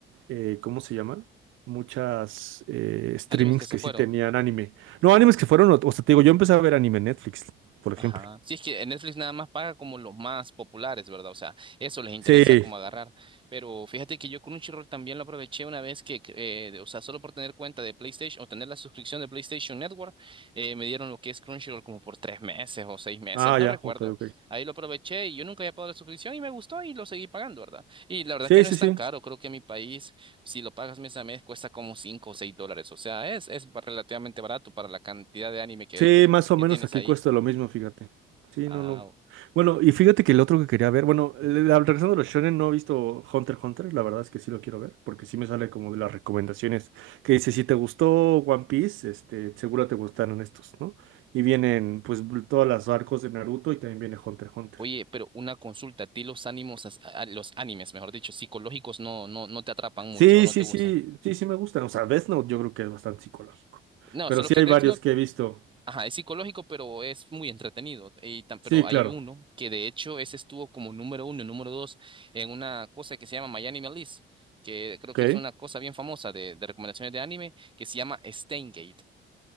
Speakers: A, on the right; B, on the right.
A: eh, ¿cómo se llaman? Muchas eh, streamings
B: animes que se
A: que
B: fueron.
A: sí tenían anime. No, animes que fueron, o o sea, te digo, yo empecé a ver anime en Netflix, por ejemplo.
B: Ajá. Sí, es que en Netflix nada más paga como los más populares, ¿verdad? O sea, eso les interesa
A: Sí.
B: como agarrar. Pero fíjate que yo Crunchyroll también lo aproveché una vez que, que, eh, o sea, solo por tener cuenta de PlayStation o tener la suscripción de PlayStation Network, eh, me dieron lo que es Crunchyroll como por tres meses o seis meses,
A: Ah,
B: no
A: ya,
B: recuerdo.
A: ok, ok.
B: Ahí lo aproveché y yo nunca había pagado la suscripción y me gustó y lo seguí pagando, ¿verdad? Y la verdad
A: Sí,
B: que no
A: sí,
B: es tan
A: sí.
B: caro, creo que en mi país, si lo pagas mes a mes, cuesta como cinco o seis dólares. O sea, es, es relativamente barato para la cantidad de anime que,
A: Sí, más o
B: que
A: menos
B: tienes
A: aquí
B: ahí.
A: cuesta lo mismo, fíjate. Sí,
B: Ah,
A: no, no. Bueno, y fíjate que el otro que quería ver, bueno, le- le- regresando a los shonen, no he visto Hunter x Hunter, la verdad es que sí lo quiero ver, porque sí me sale como de las recomendaciones que dice, si te gustó One Piece, este, seguro te gustaron estos, ¿no? Y vienen, pues, bl- todas las arcos de Naruto y también viene Hunter x Hunter.
B: oye, pero una consulta, ¿a ti los ánimos, as- a- los animes, mejor dicho, psicológicos no, no, no te atrapan
A: Sí,
B: mucho o no
A: sí,
B: te gustan?
A: sí, sí, sí me gustan, o sea, Death Note yo creo que es bastante psicológico,
B: No,
A: pero
B: solo
A: sí
B: que
A: hay
B: Death
A: varios
B: Note,
A: que he visto.
B: ajá, es psicológico, pero es muy entretenido. Y tan-
A: Sí,
B: pero hay
A: claro,
B: uno que de hecho ese estuvo como número uno, número dos en una cosa que se llama My Anime List, que creo
A: ok.
B: que es una cosa bien famosa de, de recomendaciones de anime, que se llama Steingate.